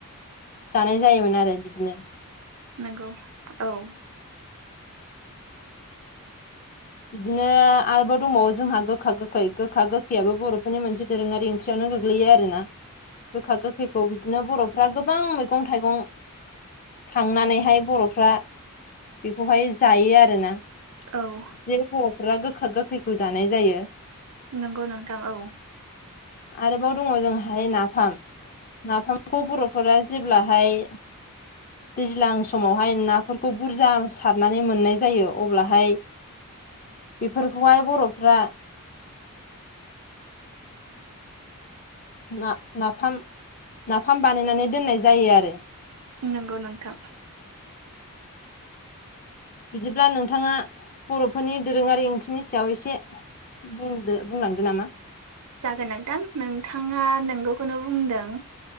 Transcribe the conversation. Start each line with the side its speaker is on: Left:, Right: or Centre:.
Left: जानाय जायोमोन आरो बिदिनो।
Right: नोंगौ औ।
Left: बिदिनो आरोबाव दंबावो जोंहा गोखा गोखै गोखा गोखैयाबो बर'फोरनि मोनसे दोरोङारि ओंख्रियावनो गोग्लैयो आरोना। गोखा गोखैखौ बिदिनो बर'फ्रा गोबां मैगं-थाइगं खांनानैहाय बर'फ्रा बेखौहाय जायो आरोना।
Right: औ
Left: बे बर'फोरा गोखा गोखैखौ जानाय जायो।
Right: नोंगौ नोंथां औ।
Left: आरोबाव दङ' जोंहाय नाफाम नाफामखौ बर'फोरा जेब्लाहाय दैज्लां समावहाय नाफोरखौ बुरजा सारनानै मोननाय जायो अब्लाहाय बेफोरखौहाय बर'फ्रा ना नाफाम नाफाम बानायनानै दोननाय जायो आरो।
Right: नोंगौ नोंथां।
Left: बिदिब्ला नोंथाङा बर'फोरनि दोरोङारि ओंख्रिनि सायाव इसे बुंदो बुंलांदो नामा!
Right: जागोन नोंथां नोंथाङा नोंगौखौनो बुंदों